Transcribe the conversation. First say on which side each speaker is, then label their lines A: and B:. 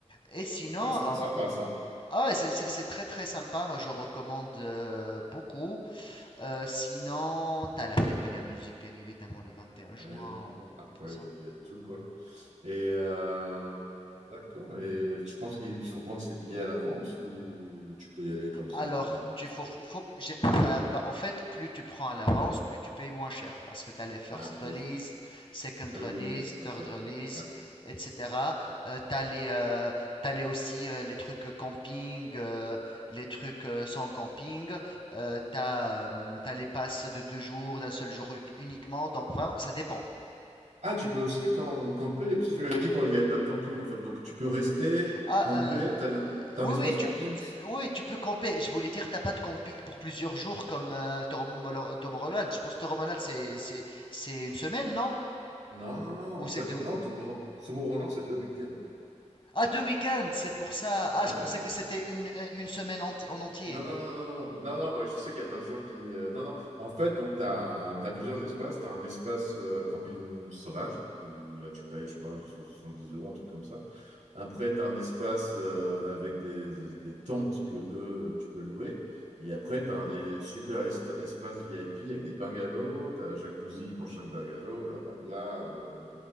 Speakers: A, on the left; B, on the right.
A: Et sinon,
B: Ouais, ça a l'air
A: euh,
B: sympa, ça.
A: ah ouais, c'est c'est- c'est très très sympa, moi je recommande euh, beaucoup. Euh, sinon, t'as la fête de la musique, bien évidemment, le vingt et un juin.
B: Ouais,
A: Ou... de
B: après,
A: toute façon.
B: il y a il y a de tout, quoi. Et euh, d'accord. Et je pense qu'il faut prendre ses billets à l'avance ou tu peux y aller comme ça.
A: Alors,
B: enfin,
A: tu faut, faut- faut- j'ai- enfin, ben, en fait, plus tu prends à l'avance, plus tu payes moins cher parce que tu as les first
B: ah
A: release,
B: oui.
A: second
B: Ah
A: release,
B: oui, oui, oui.
A: third
B: ok.
A: release,
B: Ouais.
A: etc. tu as les, euh, t'as les aussi euh, les trucs camping, euh, les trucs euh, sans camping. Euh, tu as, les passes de deux jours, d'un seul jour u- uniquement. Donc, vraiment, ça dépend.
B: Ah, tu peux aussi cam- camper, parce que tu m'avais dit qu'il n'y avait pas de camping en fait. Donc tu peux rester,
A: Ah,
B: camper.
A: euh,
B: T'as, un t'as
A: Oui,
B: un espace
A: oui, tu,
B: camping?
A: tu-
B: c'est-
A: oui, tu peux camper. Je voulais dire, t'as pas de camping pour plusieurs jours comme euh, Tom Holland. Tom Holland. Je pense que Tom Holland, c'est, c'est, c'est une semaine, non?
B: Non, non, non.
A: Ou
B: En
A: c'est
B: fait,
A: deux...
B: non, tout le monde, tout le monde Roland, c'est deux week-ends.
A: Ah, deux week-ends, c'est pour ça.
B: Ouais,
A: Ah, je pensais que c'était une, une semaine enti- en entier.
B: Non, non, non, non, non, non, non, non, bah, je sais qu'il y a plein de gens qui. euh, non, non. En fait, donc, tu as, plusieurs espaces. Tu as un espace euh, camping sauvage, où là, tu payes, je sais pas, 70 euros, un truc comme ça. Après, tu as un espace euh, avec des, des tentes que eux, tu peux louer. Et après, tu as les super est- espaces VIP avec des bungalows, tu as jacuzzi pour chaque bungalow, blablabla. euh,